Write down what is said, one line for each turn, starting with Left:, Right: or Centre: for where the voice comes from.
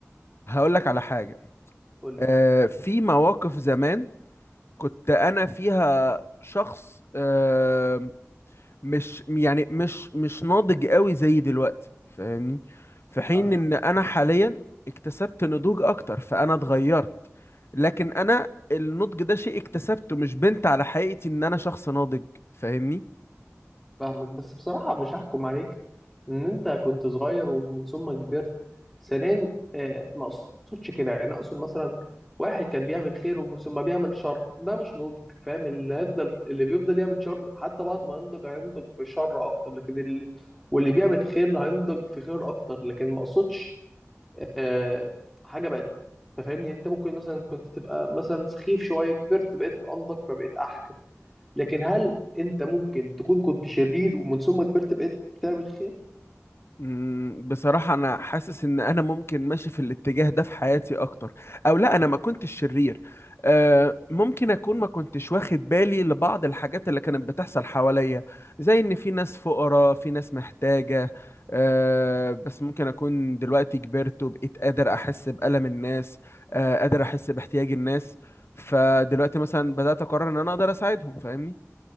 Left: هقول لك على حاجة
Centre: قولي
Left: آه، في مواقف زمان كنت انا فيها شخص آه، مش يعني مش مش ناضج قوي زي دلوقتي فاهمني في حين
Centre: فاهمك
Left: ان انا حاليا اكتسبت نضوج اكتر فانا اتغيرت لكن انا النضج ده شيء اكتسبته مش بنت على حقيقتي ان انا شخص ناضج فاهمني
Centre: فاهمك بس بصراحة مش هحكم عليك ان انت كنت صغير ومن ثم كبرت ثانيا آه، ما اقصدش كده يعني اقصد مثلا واحد كان بيعمل خير ومن ثم بيعمل شر ده مش نضج فاهم اللي هيفضل اللي بيفضل يعمل شر حتى بعد ما ينضج هينضج في شر اكتر لكن اللي واللي بيعمل خير هينضج في خير اكتر لكن ما اقصدش آه، حاجة بقت انت فاهمني يعني انت ممكن مثلا كنت تبقى مثلا سخيف شويه كبرت بقيت انضج فبقيت احكم لكن هل انت ممكن تكون كنت شرير ومن ثم كبرت بقيت بتعمل خير
Left: مم، بصراحة أنا حاسس إن أنا ممكن ماشي في الاتجاه ده في حياتي أكتر أو لا أنا ما كنتش شرير آه، ممكن أكون ما كنتش واخد بالي لبعض الحاجات اللي كانت بتحصل حواليا زي إن في ناس فقراء في ناس محتاجة آه، بس ممكن أكون دلوقتي كبرت وبقيت قادر أحس بألم الناس آه، قادر أحس باحتياج الناس فدلوقتي مثلا بدأت أقرر إن أنا أقدر أساعدهم فاهمني